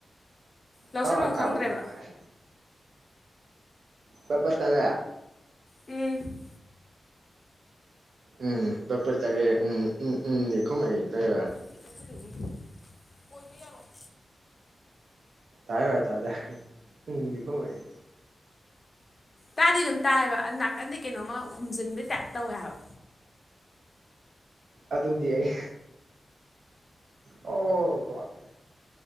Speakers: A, on the left (about 30°); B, on the right (about 70°).
A: ꯂꯧꯁꯟꯐꯝ
B: ꯇꯥꯋꯥꯔ ꯀꯥꯔꯨꯗꯧ
A: ꯈꯪꯗ꯭ꯔꯦꯕ
B: ꯉꯥꯏꯔꯦ ꯄꯠ ꯄꯠ ꯇꯠꯂꯦ
A: ꯎꯝ
B: ꯎꯝ ꯄꯠ ꯄꯠ ꯇꯠꯂꯦꯗꯤ ꯎꯝ ꯎꯝ ꯎꯝꯗꯤ ꯈꯨꯝꯃꯛꯏ ꯇꯧꯏꯕ
A: <unintelligible> ꯑꯣꯏꯕ ꯌꯥꯔꯣꯏ
B: <unintelligible> ꯇꯥꯗꯦ ꯎꯪꯗꯤ ꯈꯨꯝꯃꯛꯏ
A: ꯇꯥꯗꯤ ꯑꯗꯨꯝ ꯇꯥꯏꯑꯦꯕ ꯅꯥꯀꯟꯗꯩ ꯀꯩꯅꯣꯝꯃ ꯍꯨꯝꯖꯤꯟꯕ ꯇꯥꯏꯞ ꯇꯧꯋꯦ ꯍꯥꯏꯕ
B: ꯑꯗꯨꯗꯤ ꯑꯩ ꯑꯣ ꯒꯣꯗ